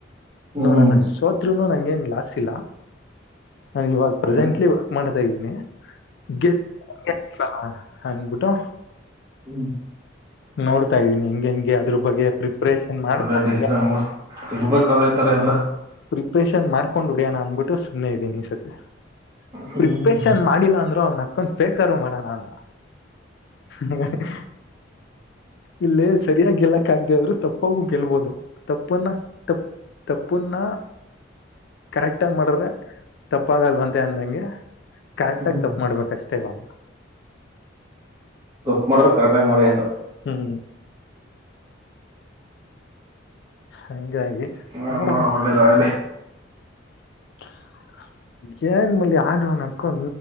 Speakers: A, on the right (about 20°); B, on the left (about 65°).
A: ಹ್ಮ್
B: ನೋಡೋಣ ಸೋತ್ರರುನು ನಂಗೆನ್ ಲಾಸ್ ಇಲ್ಲ ನಾನು ಇವಾಗ ಪ್ರೆಸೆಂಟ್ಲಿ
A: ಹ್ಮ್
B: ವರ್ಕ್ ಮಾಡ್ತಾ ಇದೀನಿ ಗೆದ್ದ <unintelligible> ಅನ್ಬಿಟ್ಟು
A: ಹ
B: ನೋಡ್ತಾ ಇದ್ದೀನಿ ಹೆಂಗಗೆ ಹೆಂಗೆ ಅದ್ರ ಬಗ್ಗೆ ಪ್ರಿಪ್ರೇಷನ್ ಮಾಡ್ಕೊಂಡ
A: ಒಳ್ಳೆ ಡಿಸಿಷನ್ ಬಿಡು ಇರ್ಬೇಕು ಅದೇ ತರ ಎಲ್ಲ
B: ಪ್ರಿಪ್ರೇಷನ್ ಮಾಡ್ಕೊಂಡು ಹೊಡಿಯೋಣ ಅನ್ಬಿಟ್ಟು ಸುಮ್ಮ್ನೆ ಇದ್ದೇನ ಈ ಸತಿ
A: ಹ್ಮ್
B: ಪ್ರಿಪಷನ್ ಮಾಡಿಲ್ಲ ಅಂದ್ರು ಅವ್ನ ಅವನ ಅಕ್ಕನ ಫೇಕ್ ಆದ್ರೂ ಮಾಡೋಣ ಅಂತ ಹ ಇಲ್ಲೇ ಸರಿಯಾಗಿ ಗೆಲ್ಲಕ್ ಆಗ್ದ ಆದ್ರರು ತಪ್ಪಾಗೂ ಗೆಲ್ಬೋದು ತಪ್ಪ ತಪ್ಪುನ್ನ ತ ತಪ್ಪುನ್ನ ಕರೆಕ್ಟ್ ಆಗ ಮಾಡ್ರೆ ತಪ್ಪಾಗಲ್ವಂತೆ ಅಂದಂಗೆ ಕರೆಕ್ಟ್ ಆಗ
A: ಹ್ಮ್
B: ತಪ್ಪು ಮಾಡ್ಬೇಕಷ್ಟೇ ಇವಾಗ
A: ತುಪ್ಪ ಮಾಡ್ರರು ಕರೆಕ್ಟ ಆಗ ಮಾಡಿ ಅಂತ
B: ಹ್ಮ್ ಹಂಗಾಗಿ
A: ಹಾ ಮಾಡೋ
B: ನೋಡವ
A: ಮಾಡೋ ಒಳ್ಳೇದಾಗ್ಲಿ
B: <unintelligible> ಜೇನ್ ಮಲ್ಲಿ ಆಗವನಕು